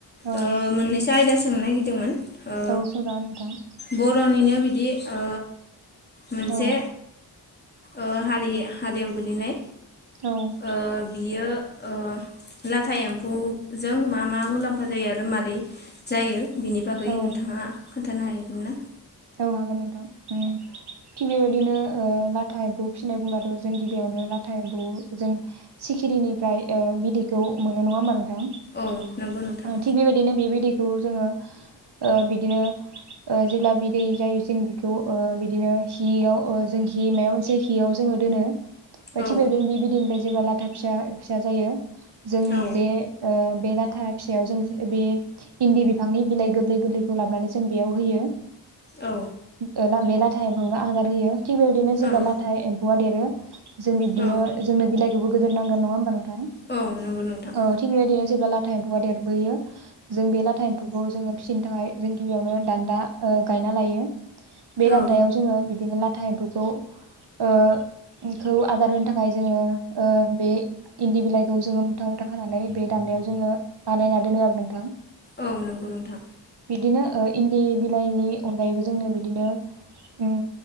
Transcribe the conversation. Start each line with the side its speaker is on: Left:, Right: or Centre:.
Right: औ
Left: ओ मोनैसो आयदा सोंनो नागिरदोंमोन। ओ
Right: औ सोंजागोन नोंथां।
Left: बर'निनो बिदि ओ मोनसे
Right: औ
Left: ओ हारि-हारियाव गोलैनाय
Right: औ
Left: ओ बियो ओ लाथा एम्फौजों मा मा मुलाम्फा जायो आरो माबोरै जायो बिनि बागै
Right: औ
Left: नोंथाङा खोनथानो हायोमोनना?
Right: औ हागोन नोंथां ओम थिग बेबायदिनो ओ लाथा एम्फौ फिसिनाय बुंब्लाथ' जों गिबियावनो लाथा एम्फौ जों सिखिरिनिफ्राय ओ बिदैखौ मोनो नङा होमबा नों थां ओ
Left: औ नंगौ नोंथां
Right: थिग बेबायदिनो बे बिदै खौ‌ जों ओ बिदिनो ओ जेब्ला बि दै जायो जों बेखौ ओ बिदिनो हियाव ओ जों हि मायबा मोनसे हियाव जोङो दोनो। <unintelligible>
Left: औ
Right: थिग बेबादिनो जेब्ला ला था फिसा फिसा जायो जों
Left: औ
Right: बे ओ बे लाथा फिसायाव जों बे इन्दि बिफांनि बिलाइ गोरलै गोरलैखौ लाबोनानै जों बेयाव होयो।
Left: औ
Right: ओ ला बे लाथा एमफौनो आदार होयो। थि बेबायदिनो जेब्ला
Left: औ
Right: लाथा एमफौआ देरो। जों बिब्दिनो
Left: औ
Right: जोंनो बिलाइ खौबो गोदोर नांगोन नङा ओमबा नों थां
Left: औ नंगौ नोंथां
Right: औ थिग बेबायदिनो जेब्ला ला था एम्फौआ देरबोयो जों बे लाथा एम्फौखौ जोङो फिसिनो थाखाय जों गिबियावनो दान्दा ओ गायना लायो। बे दान्दायाव
Left: औ
Right: जोङो बिदिनो ला था एम्फौखौ ओ खौ आदार होनो थाखाय जोङो ओ बे इन्दि बिलाइखौ जोङो मुथा मुथा खानानै बे दान्दायाव जोङो बानायना दोनो आरो नोंथां।
Left: औ नंगौ नोंथां
Right: बिदिनो ओ इन्दि बि लाइनि अनगायैबो जोंनो बिदिनो उम